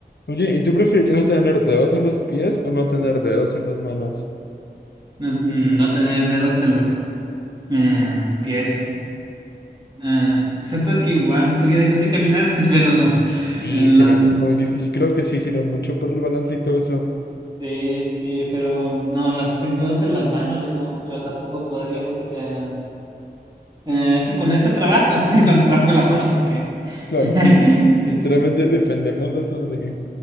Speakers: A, on the left; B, on the right.
A: Oye, ¿y tú preferirías no tener dedos en los pies o no tener dedos en las manos?
B: No, no tener dedos en los eh, pies. Eh, siento que igual sería difícil caminar, <laughs> pero
A: Sí,
B: eh, la-
A: sería muy difícil. Creo que sí sirve mucho para el balance y todo eso.
B: sí, sí, pero no, los sin dedos en las manos yo no, yo tampoco podría porque eh, eh, eso con eso trabajo, <laughs> con trabajo con las manos, así que
A: Claro,
B: <laughs> sí.
A: literalmente
B: sí.
A: dependemos de eso, así que